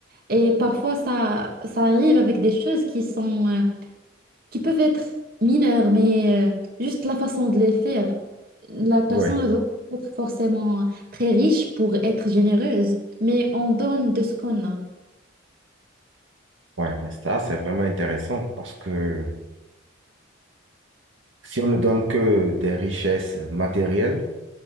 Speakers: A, on the right (about 45°); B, on the right (about 75°).
A: Et parfois, ça, ça arrive avec des choses qui sont, euh, qui peuvent être mineures, mais euh, juste la façon de les faire. La personne
B: oui.
A: ne doit pas être forcément très riche pour être généreuse, mais on donne de ce qu'on a.
B: Ouais, mais ça, c'est vraiment intéressant parce que si on ne donne que des richesses matérielles,